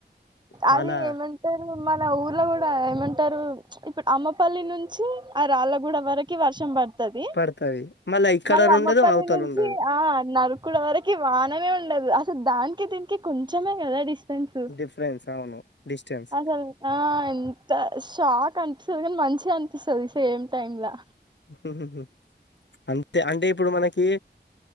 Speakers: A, on the left; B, on the right.
A: చాలా
B: అది ఏమంటారు మ ఇలా ఊర్లో కూడా ఏమంటారు ఇప్పుడు అమ్మపల్లి నుంచి ఆ రాళ్ళగూడ వరకి వర్షం పడుతుంది తది
A: పడతది మళ్ళా ఇక్కడ
B: మళ్ళీ అమ్మపల్లి
A: ఉండదు అవతల
B: నుంచి
A: ఉండదు
B: ఆ నరకుడు వరకి వాననే ఉండదు అసలు దానికి దీనికి కొంచెమే కలడిస్ట సన్స్
A: డిఫరెన్స్ అవును డిస్టెన్స్
B: అసలు ఆ ఎంత షాక్ అం చదువుకోని మంచిగా అనిపిస్తది సేమ్టైమ్ లొ
A: <inaudible> అంతే అంటే ఇప్పుడు మనకి